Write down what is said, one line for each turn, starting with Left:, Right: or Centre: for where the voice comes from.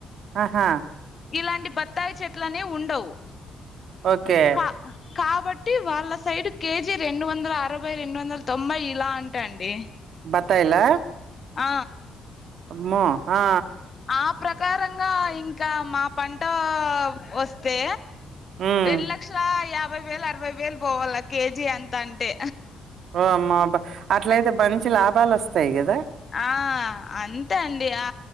Right: ఆహా
Left: ఇలాంటి బత్తాయి చెట్లనేయి ఉండవు
Right: ఓకే
Left: పా కాబట్టి వాళ్ళ సైడ్ కేజీ రెండు వందల అరవై రెండు వందల తొంభై ఇలా అంటాండి
Right: బత్తాయిల
Left: ఆ
Right: అమ్మో ఆ
Left: ఆ ప్రకారంగా ఇంకా మా పంట వస్తే
Right: ఉమ్
Left: రెండు లక్షల యాభై వేలు అరవై వేలు పోవాలా కేజీ ఎంత అంటే
Right: ఓ అమ్మా అబా అట్లయితే మంచి లాభాలు వస్తాయి కదా
Left: ఆ అంతే అండి ఆ